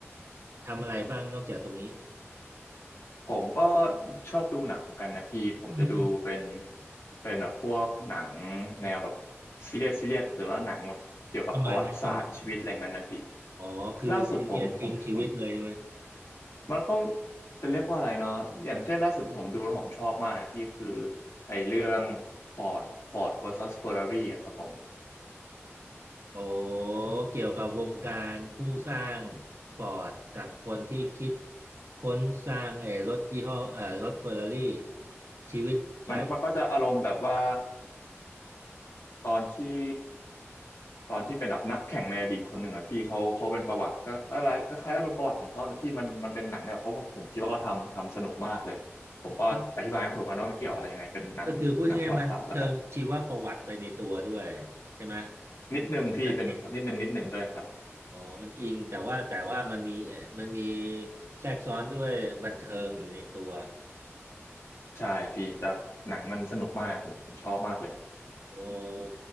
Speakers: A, on the right; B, on the left.
A: ทำอะไรบ้างนอกจากตรงนี้
B: ผมก็ชอบดูหนังกันนะพี่ผมจะดูเป็น
A: อืม
B: เป็นแบบพวกหนังแนวแบบซีเรียสซีเรียสหรือว่าหนังแบบเกี่ยวกับประวัติศาสตร์ชีวิตอะไรเงี้ยนะพี่
A: ประมาณไหนประมาณไหนอ๋อคือซีเรียสอิงชีวิตเลยใช่ไหม
B: ล่าสุดผมผมผมมันก็จะเรียกว่าอะไรเนาะอย่างเช่นล่าสุดที่ผมดูแล้วผมชอบมากนะพี่คือไอ้เรื่อง Ford Ford versus Ferrari อะครับผม
A: โอ้เกี่ยวกับวงการผู้สร้างฟอร์ดกับคนที่คิดค้นสร้างเออรถยี่ห้อเออรถเฟอร์รารี่ชีวิตไลฟ์
B: มันมันก็จะอารมณ์แบบว่า ตอนที่ตอนที่เป็นแบบนักแข่งในอดีตคนหนึ่งอ่ะพี่เขาเขาเป็นประวัติก็อะไรคล้ายๆอารมณ์ประวัติของเขาแต่ยพี่มันมันเป็นหนังเนี่ยเพราะว่าผมคิดว่าเขาทำทำสนุกมากเลยผมก็อธิบายไม่ถูกกันะว่ามันเกี่ยวอะไรยังไงเป็นหนังหนังประวัติศาสตร์แล้วกัน
A: เออก็ก็คือพูดง่ายๆมันเชิงชีวประวัติไปในตัวด้วยใช่ไหม
B: นิดนึงพี่เป็นนิดนึงนิดนึงด้วยครับ
A: หรือว่าเป็นประเทศอ๋อมันอิงแต่ว่าแต่ว่ามันมีเอ่อมันมีแทรกซ้อนด้วยบันเทิงอยู่ในตัว
B: ใช่พี่แต่หนังมันสนุกมากผมผมชอบมากเลย
A: โอ้